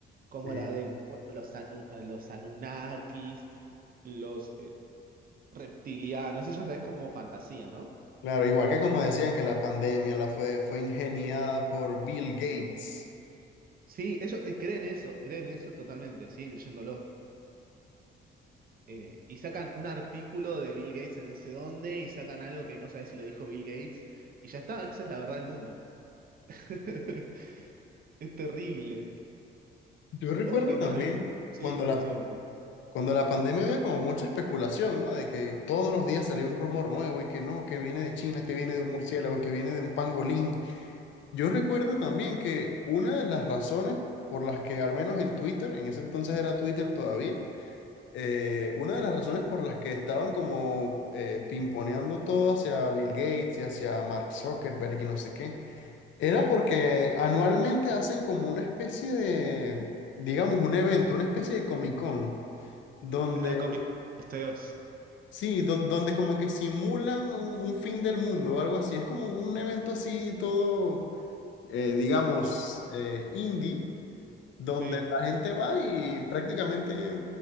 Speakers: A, on the right; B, on the left.
A: como
B: Sí.
A: la de bueno, los, anu- eh, los Anunnakis, los eh, reptilianos, eso ya es como fantasía, ¿no?
B: Claro, igual que como decían que la pandemia la fue, fue ingeniada por Bill Gates.
A: Sí, ellos eh, creen eso, creen eso totalmente, siguen creyéndolo. Eh, y sacan un artículo de Bill Gates en no sé dónde y sacan algo que no sabes si lo dijo Bill Gates y ya está, esa es la verdad del mundo. <laughs> Es terrible.
B: Yo recuerdo
A: Ojo que
B: también
A: me... a mí- Sí,
B: cuando la,
A: decime, perdón.
B: cuando la pandemia había como mucha especulación, ¿no? De que todos los días salía un rumor nuevo y que no, que viene de China, que viene de un murciélago, que viene de un pangolín. Yo recuerdo también que una de las razones por las que, al menos en Twitter, en ese entonces era Twitter todavía, eh, una de las razones por las que estaban como eh, pimponeando todo hacia Bill Gates y hacia Mark Zuckerberg y no sé qué era porque anualmente hacen como una especie de, digamos, un evento, una especie de Comic Con, donde,
A: La comedia de los CEOs.
B: sí, don- donde, como que simulan un, un fin del mundo o algo así. Es como un evento así todo, eh, digamos, eh, indie, donde
A: Sí.
B: la gente va y prácticamente